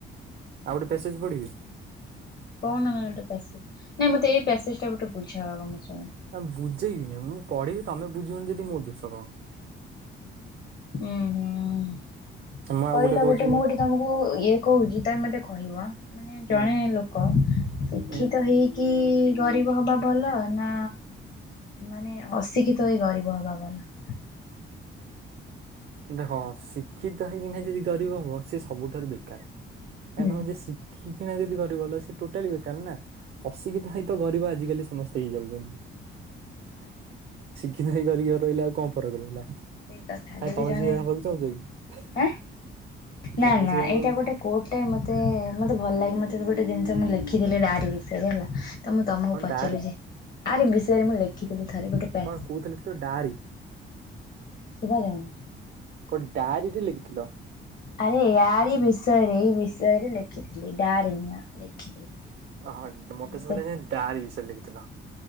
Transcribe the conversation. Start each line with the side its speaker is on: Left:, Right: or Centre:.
Right: ଆଉ ଗୋଟେ ପେସେଜ ପଢିବି।
Left: କହୁନ କ ଗୋଟେ ପ୍ୟାସେଜ ନାଇ ମତେ ଏଇ ପ୍ୟାସେଜ ଟା ଗୋଟେ ବୁଝାଅ ଆଗ ମୁଁ ଶୁଣ
Right: ଆ ବୁଝେଇବିନି ମୁଁ ପଢିବି ତମେ ବୁଝିବନି ଯଦି ମୋ ଦୋଷ କଣ।
Left: ହୁଁ ହୁଁ
Right: ମୁଁ ଆଉ
Left: କହିଲ
Right: କହୁଛି
Left: ଗୋଟେ ମୁଁ ଗୋଟେ ତମକୁ ଇଏ କହୁଛି ତମେ ମତେ କହିବ ଆଁ ମାନେ
Right: ହୁଁ
Left: ଜଣେ ଲୋକ ଶିକ୍ଷିତ
Right: ହୁଁ
Left: ହେଇକି। ଗରିବ ହବା ଭଲ ନା ମାନେ ଅଶିକ୍ଷିତ ତ ହେଇ ଗରିବ ହବା ଭଲ।
Right: ଦେଖ ଶିକ୍ଷିତ ହେଇକି ନାହି ଯଦି ଗରିବ ହବ। ସେ ସବୁଠାରୁ ବେକାର କାଇଁ
Left: ହୁଁ।
Right: ତମେ ଯଦି ଶିଖିକି ଣା ଯ ଗରିବ ସେ ଟୋଟାଲି କହିଚ ନା ଅସିକିଥା ହଇତ ଗରିବ ଆଜିକାଲି ସମସ୍ତେ ହେଇଯାଉଛନ୍ତି।
Left: ଦାୟିତ୍ୱ।
Right: କି ନାହିଁ କରିକି ରହିଲା ଆଉ କଣ ଫକ ରହିଲା।
Left: ସେଇ କଥା।
Right: ନାଇଁ
Left: ଯଦି
Right: ତମେ
Left: ଜଣେ
Right: ସିଏ ହେବାକୁ ଚାହୁଁଛ କି?
Left: ଆଁ ନା
Right: ତମେ
Left: ନା
Right: ସେଇଆ ହବାକୁ
Left: ଏଇଟା ଗୋଟେ କୋଟେ ମତେ ମତେ ଭଲ ଲାଗେ ମତେ। ଗୋଟେ ଜିନିଷ ମୁଁ ଲେଖିଥିଲି ଆାରି ବିଷୟରେ ହେଲା ତ ମୁଁ ତମକୁ
Right: କଣ
Left: ପଚାରିଲି
Right: ଡାଆରି
Left: ଯେ ଆାର ବିଷୟରେ ମୁଁ ଲେଖିଥିଲି। ଥରେ ଗୋଟେ ପେ।
Right: କଣ କହୁଥିଲ କି ତ ଡାଆରି
Left: ଶୁଭାଯାମ।
Right: କଣ ଡାଆରିରେ ଲେଖିଥିଲ।
Left: ଆରେ ୟାର ଏ ବିଷୟରେ ଏଇ ବିଷୟରେ ଲେଖିଥିଲି ଡାର ନୁହଁ ଲେଖିଥିଲି।
Right: ହଁ ମତେ
Left: ମୁଁ
Right: ସବୁ ଡାର ବିଷୟରେ ଲେଖିଥିଲ।